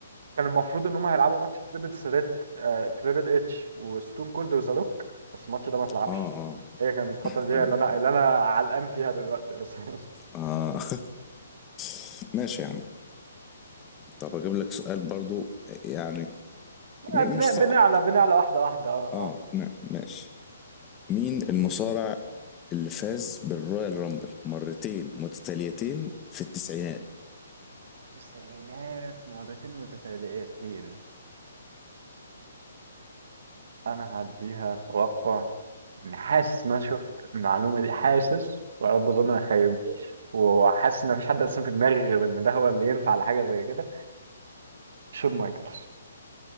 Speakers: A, on the right; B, on the left.
A: كان المفروض ان هم هيلعبوا ماتش تريبل سريت آه، تريبل اتش وستون كولد وذا روك بس الماتش ده ما اتلعبش
B: اه اه
A: هي كان الفتره دي
B: ايوه
A: اللي انا اللي انا علقان فيها دلوقتي اصلا <laughs>
B: اه <laughs> ماشي يا عم طب اجيب لك سؤال برضو يعني م-
A: بن-
B: مش صعب
A: بنعلى بنعلى واحده واحده اه
B: اه
A: اه
B: نعم ماشي مين المصارع اللي فاز بالرويال رامبل مرتين متتاليتين في التسعينات
A: التسعينات مرتين متتاليتين انا هديها توقع إن حاسس ان انا شفت المعلومه دي حاسس ويا رب اظن ما خيبنيش وحاسس ان مفيش حد اصلا في دماغي غير ان ده هو اللي ينفع لحاجه زي كده شون مايكلز